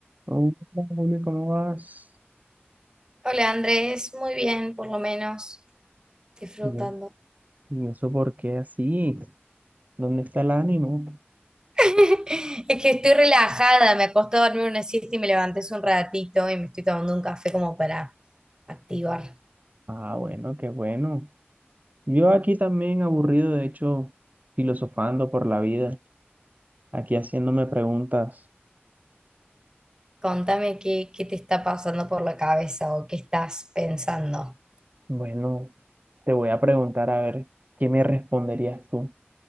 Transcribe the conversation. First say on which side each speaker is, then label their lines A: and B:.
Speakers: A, on the right; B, on the right.
A: Oh, Hola, Julio, ¿cómo vas?
B: Hola Andrés, muy bien, por lo menos disfrutando.
A: Bien. ¿Y eso por qué así? ¿Dónde está el ánimo?
B: <laughs> Es que estoy relajada, me acosté a dormir una siesta y me levanté hace un ratito y me estoy tomando un café como para activar.
A: Ah, bueno, qué bueno. Yo aquí también aburrido, de hecho, filosofando por la vida, aquí haciéndome preguntas.
B: Contame qué, qué te está pasando por la cabeza o qué estás pensando.
A: Bueno, te voy a preguntar a ver qué me responderías tú.